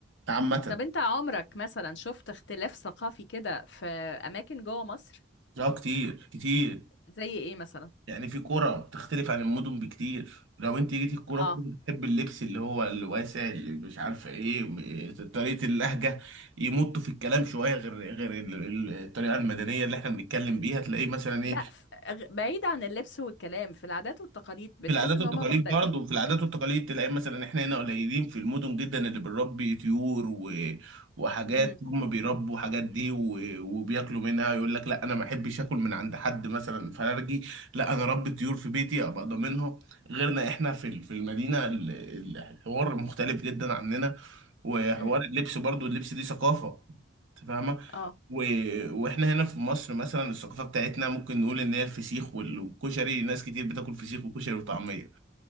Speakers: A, on the right (about 85°); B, on the left (about 65°).
A: عامه
B: طب أنت عمرك مثلا شفت اختلاف ثقافي كده في أماكن جوه مصر
A: اه كتير كتير
B: زي إيه مثلا؟
A: يعني في كرة بتختلف عن المدن بكتير لو انت جيتي الكرة
B: اه
A: كنت بتحب اللبس اللي هو الواسع اللي مش عارفة ايه م- طريقة اللهجة يمطوا في الكلام شوية غير غير ال- ال- الطريقة المدنية اللي احنا بنتكلم بيها تلاقيه مثلا ايه
B: لا ف... غ- بعيد عن اللبس والكلام في العادات والتقاليد بتحس
A: في العادات
B: إن
A: والتقاليد
B: هم مختلفين؟
A: برضه وفي العادات والتقاليد تلاقي مثلا احنا هنا قليلين في المدن جدا اللي بنربي طيور و... وحاجات
B: امم
A: هم بيربوا حاجات دي و... وبياكلوا منها يقول لك لا انا ما احبش اكل من عند حد مثلا فرارجي لا انا ربي طيور في بيتي ابقى ضامنها غيرنا احنا في ال- في المدينه ال- ال- الحوار مختلف جدا عننا وحوار
B: امم
A: اللبس برضه اللبس دي ثقافه انت فاهمه
B: اه
A: و... واحنا هنا في مصر مثلا الثقافه بتاعتنا ممكن نقول ان هي الفسيخ وال- والكشري ناس كتير بتاكل فسيخ وكشري وطعميه